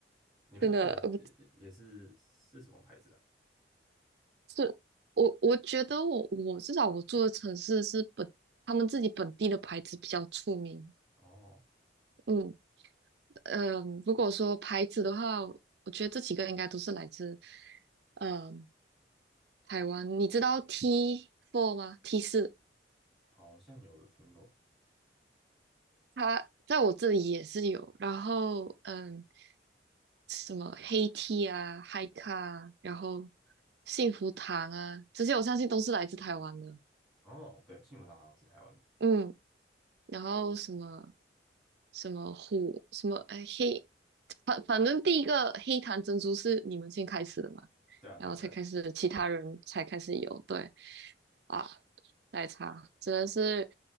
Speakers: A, in the centre; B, on the right (about 60°).
A: 你们那边的也也也是是什么牌子的？
B: 真的，呃是我我觉得我我至少我住的城市是本他们自己本地的牌子比较出名。
A: 哦，
B: 嗯嗯，呃如果说牌子的话，我觉得这几个应该都是来自嗯台湾。你知道 T four 吗？T 四，
A: 好像有听过。
B: 它在我这里也是有。然后嗯。什么黑 t h 啊、嗨咖啊，然后幸福堂啊，这些我相信都是来自台湾的。
A: 哦，对，幸福堂好像是台湾的。
B: 嗯，然后什么什么虎什么哎黑，反反正第一个黑糖珍珠是你们先开始的嘛，
A: 对啊，对啊，
B: 然后才开始其他人才开始有，
A: 对啊。
B: 对啊，奶茶真的是